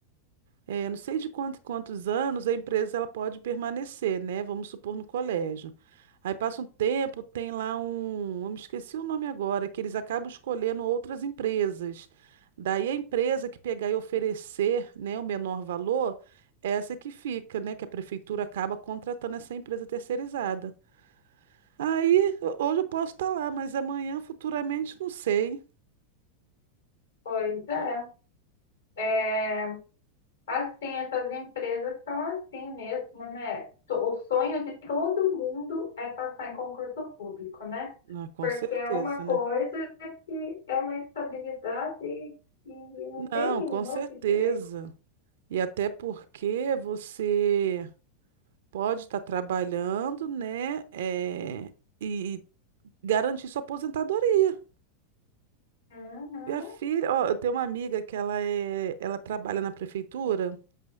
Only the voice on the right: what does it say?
eh, não sei de quanto, quantos anos a empresa ela pode permanecer, né? Vamos supor no colégio. Aí passa um tempo, tem lá um, eu me esqueci o nome agora, que eles acabam escolhendo outras empresas. Daí a empresa que pegar e oferecer, né, o menor valor, essa é que fica, né, que a prefeitura acaba contratando essa empresa terceirizada. Aí ho- hoje eu posso estar lá, mas amanhã, futuramente, não sei.
Ah, com
certeza,
né?
Não,
com
certeza.
E até porque você pode estar trabalhando, né? é, e garantir sua aposentadoria.
Minha filha, ó, eu tenho uma amiga que ela é, ela trabalha na prefeitura,